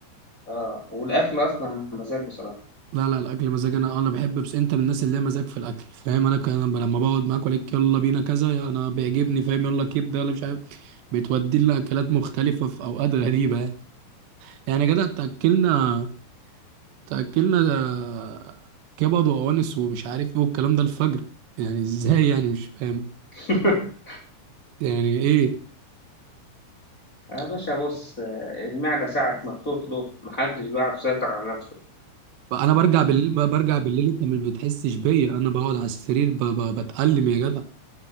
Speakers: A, on the left (about 20°); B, on the right (about 85°).
A: آه، والأكل أصلًا مزاج بصراحة.
B: لا لا الاكل مزاج انا انا بحب بس انت من الناس اللي هي مزاج في الاكل فاهم انا كان أنا لما بقعد معاك اقول يلا بينا كذا يا انا بيعجبني فاهم يلا كبده ولا مش عارف بتودي لي اكلات مختلفه في اوقات غريبه يعني. يعني يا جدع تأكلنا تأكلنا ده كبد وأوانس ومش عارف ايه والكلام ده الفجر يعني ازاي يعني مش فاهم
A: <laughs>
B: يعني ايه
A: يا باشا بُص، آه، المعدة ساعة ما بتطلب ما حدّش بيعرف يسيطر على نَفْسه.
B: بقى انا برجع بالليل بقى برجع بالليل انت ما بتحسش بيا انا بقعد على السرير ب... ب... بتألم يا جدع